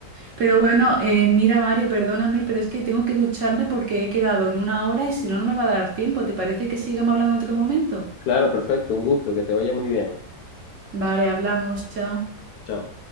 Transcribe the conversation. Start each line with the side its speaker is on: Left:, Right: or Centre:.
Right: Pero bueno, eh, mira Mario, perdóname, pero es que tengo que ducharme porque he quedado en una hora y si no, no me va a dar tiempo. ¿Te parece que sigamos hablando en otro momento?
Left: Claro, perfecto, un gusto, que te vaya muy bien.
Right: Vale, hablamos, chao.
Left: Chao.